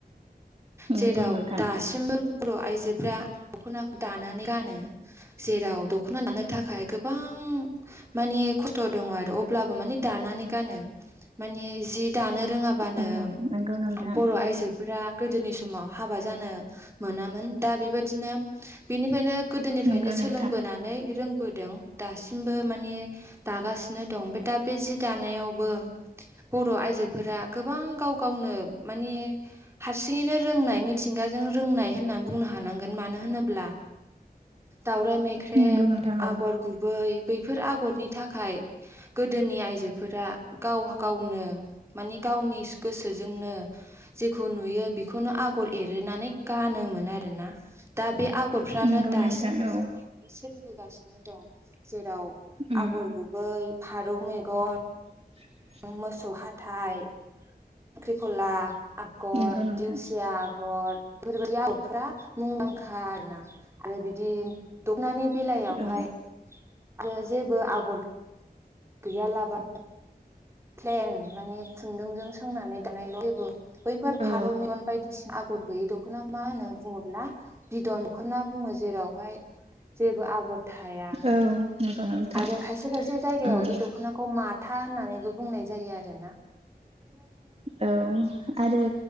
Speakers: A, on the right; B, on the right.
A: नंगौ
B: जेराव
A: नोंथां
B: दासिमबो बर' आइजोफ्रा दख'नाखौ दानानै गानो जेराव दख'ना दानो थाखाय गोबां माने खस्थ' दङ आरो अब्लाबो माने दानानै गानो माने जि दानो रोङाबानो
A: औ नंगौ नोंथां
B: बर' आयजो फोर गोदोनि समाव हाबा जानो मोनामोन दा बेबायादिनो बिनिफ्रायनो गोदोनिफ्रायनो
A: नंगौ
B: सोलोंबोनानै
A: नोंथां
B: रोंबोदों दासिमबो माने दागासिनो दं ओमफ्राय दा बे जि दानायावबो बर' आइजोफोरा गोबां गाव गावनो माने हारसिङैनो रोंनाय मिथिंगाजों रोंनाय होननानै बुंनो हानांगोन मानो होनोब्ला दावराय मे ख्रेब
A: नंगौ नोंथां औ
B: आगर गुबै बैफोर आगरनि थाखाय गोदोनि आइजोफोरा गाव-गावनो माने गावनि गोसोजोंनो जेखौ नुयो बे बेखौनो आगर एरनानै गानोमोन आरोना दा बे आगरफ्रानो
A: नंगौ
B: दासिमबो
A: नोंथां औ
B: जोंनियाव सोलिबोगासिनो दं जेराव
A: उम
B: आगर गुबै फारौ मेगन
A: <inaudible>
B: मोसौ हाथाइ ख्रिखला आगर
A: नंगौ नोंथां
B: दिंसिया आगर बेफोरबायदि आगरफोरा मुंदांखा आरोना आरो बिदि दखनानि बेलायावहाय
A: औ
B: आरो जेबो आगर गैयालाबा प्लेन माने खुन्दुंजों सोंनानै दानायल' जेबो बेफोर फारौ
A: औ
B: मेगन बायदिसिना आगर गैयि दख'ना मा होनो बुङोब्ला बिदन दखना बुङो जेरावहाय जेबो आगर थाया
A: औ नंगौ नोंथां
B: आरो खायसे खायसे जायगायाव
A: उम
B: बे दख'नाखौ माथा होननानैबो बुंनाय जायो आरो ना
A: औ आरो